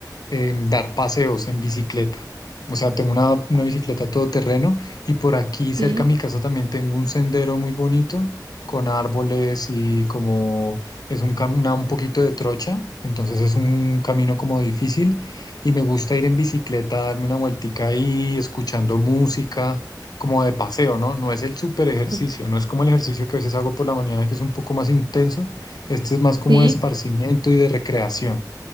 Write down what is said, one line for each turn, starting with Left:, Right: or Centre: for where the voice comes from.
Left: eh, dar paseos en bicicleta. O sea, tengo una, una bicicleta todoterreno y por aquí cerca
Right: Sí,
Left: a mi casa también tengo un sendero muy bonito con árboles y como es un, cam- una- un poquito de trocha, entonces es un camino como difícil y me gusta ir en bicicleta, darme una vueltica ahí, escuchando música, como de paseo, ¿no? No es el super ejercicio,
Right: ok,
Left: no es como el ejercicio que a veces hago por la mañana que es un poco más intenso, este es más como
Right: sí,
Left: de esparcimiento y de recreación.